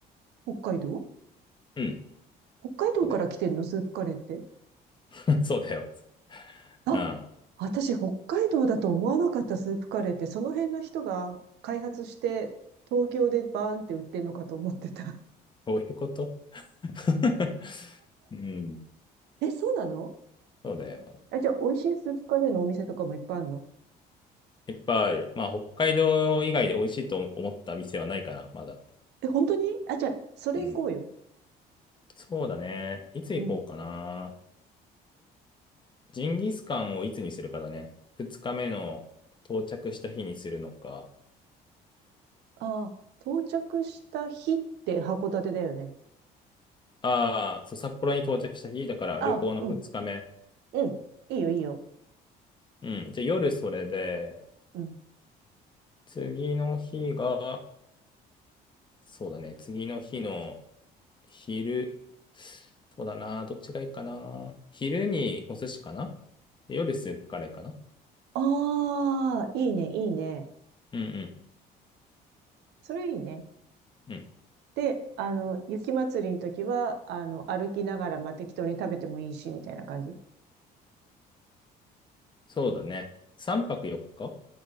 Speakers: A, on the right; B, on the left.
A: 北海道
B: うん。
A: 北海道から来てんのスープカレーって。
B: そうだよ。<laughs> そうだよ。
A: あ、
B: ああ、
A: 私、北海道だと思わなかったスープカレーって、その辺の人が開発して、東京でバーンって売ってんのかと思ってた。
B: こういうこと <laughs> うん。
A: <laughs> え、そうなの
B: そうだよ。
A: あじゃあ、美味しいスープカレーのお店とかもいっぱいあるの
B: いっぱいある。まあ、北海道以外で美味しいと思った店はないかな、まだ。
A: え、本当にあ、じゃあ、それ行こうよ。
B: うん。そうだね。いつ行こうかな。
A: うん。
B: ジンギスカンをいつにするかだね。2日目の到着した日にするのか。
A: ああ、到着した日って函館だよね。
B: ああ、そう、札幌に到着した日だから旅行の2日目。
A: ああ、うん、うん。いいよ、いいよ。
B: うん。じゃあ夜それで、
A: うん。
B: 次の日が、そうだね。次の日の昼、そうだな。どっちがいいかな。昼にお寿司かな。で夜スープカレーかな。
A: ああ、いいね、いいね。
B: うんうん
A: それいいね。
B: うん。
A: で、あの、雪祭りの時は、あの、歩きながら、まあ、適当に食べてもいいし、みたいな感じ。
B: そうだね。3泊4日